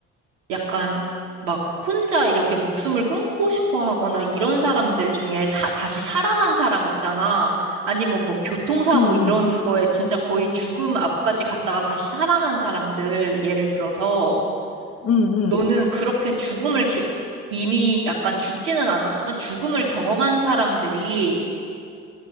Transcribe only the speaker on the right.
약간 막 혼자 이렇게 목숨을 끊고 싶어 하거나 이런 사람들 중에 사- 다시 살아난 사람 있잖아. 아니면 뭐 교통사고
이런 거에 진짜 거의 죽음 앞까지 갔다가 다시 살아난 사람들 예를 들어서
너는 그렇게 죽음을 겨- 이미 약간 죽지는 않았지만 죽음을 경험한 사람들이